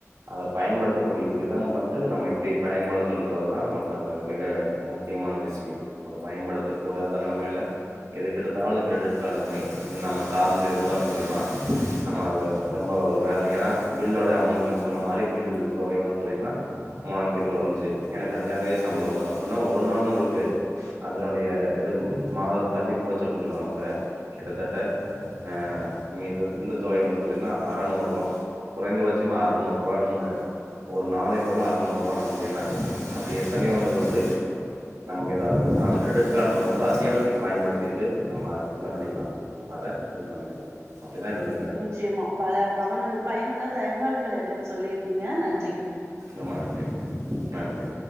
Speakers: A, on the right; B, on the right.
A: அத பயன்படுத்த கூடிய விதம் வந்ட்டு நம்ம எப்டி பயன்படுத்ரோன்றது தா நமக்கு அது மிக முக்கியமான விஷியோ அத பயன்படுத்த கூடாத நெலமைல எதுக்கு எடுத்தாலு கிரெடிட் கார்டு நம்ம நம்ம சார்ந்து இருந்தோ அப்டின் சொன்னா ஆமா அது ரொம்ப ஒரு வேதன ஏனா பில்லோட அமௌண்ட் நீங்க சொன்ன மாரி பில் தொகை வந்து பாத்தீங்கன்னா மூணாம்ந்தேதிக்குள்ள வந்துச்சு எனக்கு அஞ்சாந் தேதி சம்பள வரு அப்டின்னா ஒரு நாள் உங்ளுக்கு அதனுடைய இது மாத தள்ளி போச்சு அப்டின் சொன்னா கூட கிட்டத்தட்ட ஆஹ் இந்த இந்த தொகை வந்து பாத்தீங்கன்னா அறநூருவா குறைந்தபட்சமா அறுநூறு ரூவான்னு ஒரு நாளைக்குள்ள அறநூறு ரூவா நமக்கு என்னாகுது அப்டி எத்தனையோ இது வந்து நமக்கு எது ஆகாது அதனால கிரெடிட் கார்டுல வந்து அத்தியாவசியத்துக்கு பயன்படுத்திட்டு நம்ம என்ன பண்ணிக்கலா அத யூஸ் பண்ணிக்கலா அப்டிதா என்னோட
B: நிச்சயமா பல பகனுள் பயனுள்ள தகவல்கள எனக்கு சொல்லியிருக்கீங்க நன்றி
A: ரொம்ப நன்றி நன்றி